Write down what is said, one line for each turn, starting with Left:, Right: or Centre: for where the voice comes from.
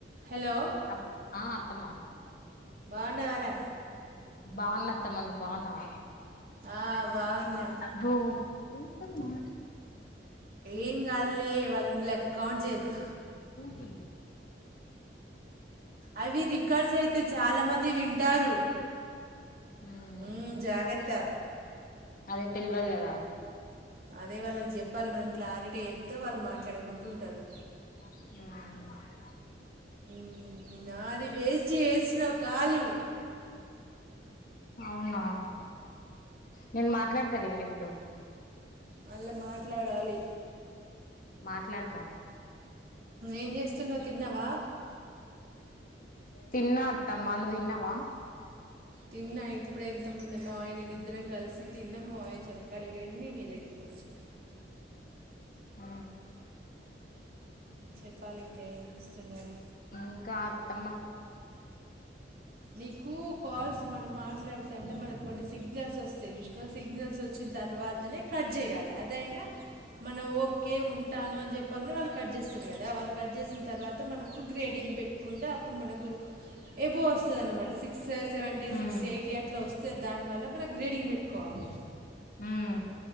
Right: హలో
Left: అ ఆ అత్తమ్మ
Right: బాగున్నావారా
Left: బావున్న అత్తమ్మ నువ్వు బాగున్నావ
Right: ఆ బాగున్నా
Left: బు <unintelligible>
Right: ఏం కాదులే వాళ్ళన్ లెక కౌంట్ చేయొద్దు
Left: చులు
Right: అవి రికార్డ్స్ అయితై చాలా మంది వింటారు
Left: హ్
Right: ఉమ్
Left: మ్
Right: జాగ్రత్త
Left: అదే తెల్వదు కదా
Right: అదే వాళ్ళక్ చెప్పాలి మనం క్లారిటీ చెప్తే వాళ్ళు మాట్లాడుకుంటూ ఉంటారు
Left: మ్
Right: మ్ నాది వేస్ట్ చేసినవ్ కాలు
Left: అవునా నేను మాట్లాడతాలేండి ఇప్పుడు
Right: మళ్ళ మాట్లాడాలి.
Left: మాట్లాడ్తా
Right: ఏం చేస్తున్నవ్ తిన్నావా
Left: తిన్న అత్తమ్మ నువ్వు తిన్నవా
Right: తిన్న ఇప్పుడే ఇంతముందే మామయ్య నేను ఇద్దరం కలిసి తిన్నం మావయ్య చెలకాడి పోయిండు నేను నీ దగ్గర్ వచ్చిన
Left: ఆ
Right: చెప్పాలి ఇంకా ఏం చేస్తున్నారు.
Left: ఇంకా అత్తమ్మ
Right: నీకు కాల్స్ మనం మాట్లాడితే అంటే మనకు కొన్ని సిగ్నల్స్ వస్తాయి చూసినవా సిగ్నల్స్ వచ్ వచ్చిన్ తర్వాతనే కట్ చేయాలి అదైనా మనం ఓకే ఉంటాను అని చెప్పంగనే వాళ్ళు కట్ చేస్తారు కదా వాళ్ళు కట్ చేసిన తర్వాత మనకు గ్రేడింగ్ పెట్టుకుంటే అప్పుడు మనకు ఎబో వస్ దన్నమాట six seventy
Left: hmm
Right: sixty eighty అట్లా వస్తే దాని వల్ల మనం గ్రేడింగ్ పెట్టుకొ కోవాలి.
Left: మ్మ్